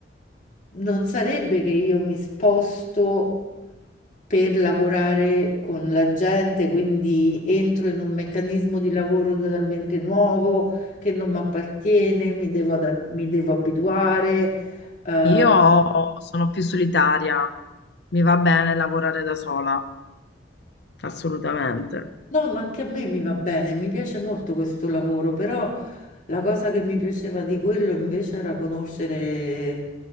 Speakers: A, on the left; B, on the left.
A: non sarebbe che io mi sposto per lavorare con la gente, quindi entro in un meccanismo di lavoro totalmente nuovo che non mi appartiene, mi devo, adat- mi devo abituare. eh,
B: Io
A: Mm.
B: sono più solitaria, mi va bene lavorare da sola, assolutamente.
A: No, ma anche a me mi va bene, mi piace molto questo lavoro, però la cosa che mi piaceva di quello invece era conoscere